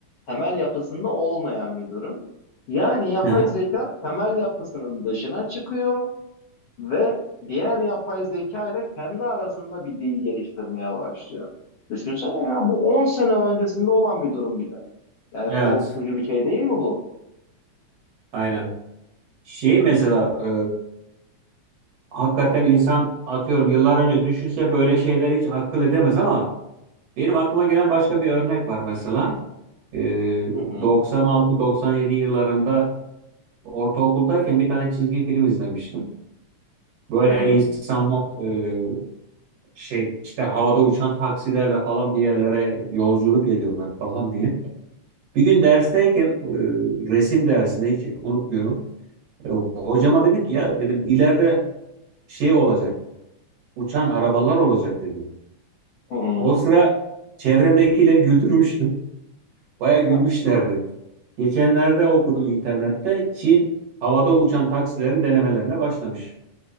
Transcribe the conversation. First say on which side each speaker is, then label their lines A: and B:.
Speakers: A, on the left; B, on the right.
A: temel yapısında olmayan bir durum. Yani yapay
B: Aha.
A: zeka temel yapısının dışına çıkıyor ve diğer yapay zeka ile kendi arasında bir dil geliştirmeye başlıyor. Düşünsene ya bu 10 sene öncesinde olan bir durum bir de. Yani
B: Evet,
A: korkutucu bir şey değil mi bu?
B: aynen. Şey mesela e, hakikaten insan atıyorum yıllar önce düşünse böyle şeyler hiç akıl edemez ama benim aklıma gelen başka bir örnek var mesela. E,
A: Hı hı.
B: 96-97 yıllarında ortaokuldayken bir tane çizgi film izlemiştim. Böyle
A: Hı hı.
B: insanlar e, şey işte havada uçan taksilerle falan bir yerlere yolculuk ediyorlar falan diye. Bir gün dersteyken e, resim dersinde hiç unutmuyorum. E, hocama dedim ki ya dedim ileride şey olacak. Uçan arabalar olacak dedim.
A: Hı hı.
B: O sıra çevremdekileri güldürmüştüm. Baya gülmüşlerdi.
A: <laughs>
B: Geçenlerde okudum internette. Çin havada uçan taksilerin denemelerine başlamış.